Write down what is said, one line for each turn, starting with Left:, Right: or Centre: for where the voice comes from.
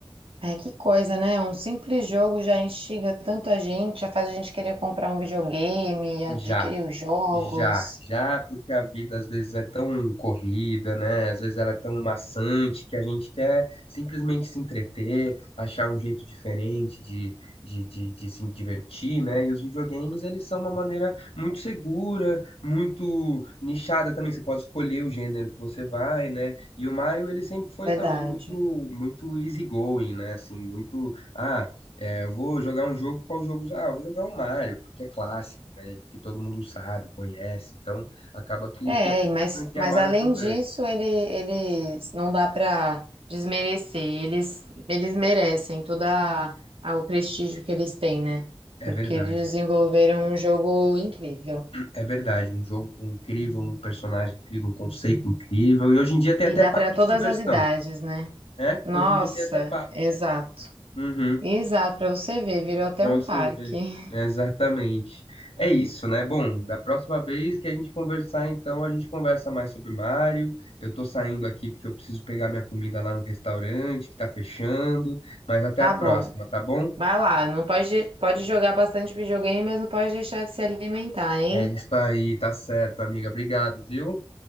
Right: É que coisa, né? Um simples jogo já instiga tanto a gente, já faz a gente querer comprar um videogame, adquirir
Left: Já.
Right: os jogos.
Left: Já, já, porque a vida às vezes é tão corrida, né? Às vezes ela é tão maçante que a gente quer simplesmente se entreter, achar um jeito diferente de, de, de, de se divertir, né? E os videogames, eles são uma maneira muito segura, muito nichada também. Você pode escolher o gênero que você vai, né? E o Mario, ele sempre foi
Right: Verdade.
Left: também muito, muito easygoing, né? Assim, muito. Ah, é, eu vou jogar um jogo, qual jogo? usar? Ah, eu vou jogar um Mario, porque é clássico, né? Que todo mundo sabe, conhece. Então, acaba que
Right: É,
Left: por isso
Right: mas,
Left: que a franquia
Right: mas
Left: Mario
Right: além
Left: é tão grande.
Right: disso, ele, eles não dá para desmerecer. Eles, eles merecem todo o prestígio que eles têm, né?
Left: É
Right: Porque
Left: verdade,
Right: eles desenvolveram um jogo incrível.
Left: é verdade. Um jogo com incrível, um personagem incrível, um conceito incrível. E hoje em dia tem
Right: E
Left: até
Right: dá
Left: parque
Right: para todas
Left: de diversão,
Right: as idades, né?
Left: né?
Right: Nossa,
Left: Hoje em dia tem até parque.
Right: exato.
Left: Uhum.
Right: Exato, para você ver, virou até
Left: Pra
Right: um
Left: você
Right: parque.
Left: ver.
Right: <laughs>
Left: Exatamente. É isso, né? Bom, da próxima vez que a gente conversar, então, a gente conversa mais sobre Mario. Eu tô saindo aqui porque eu preciso pegar minha comida lá no restaurante, que tá fechando. Mas até
Right: Tá
Left: a próxima,
Right: bom.
Left: tá bom?
Right: Vai lá, não pode, pode jogar bastante videogame, mas não pode deixar de se alimentar, hein?
Left: É isso aí, tá certo, amiga. Obrigado, viu?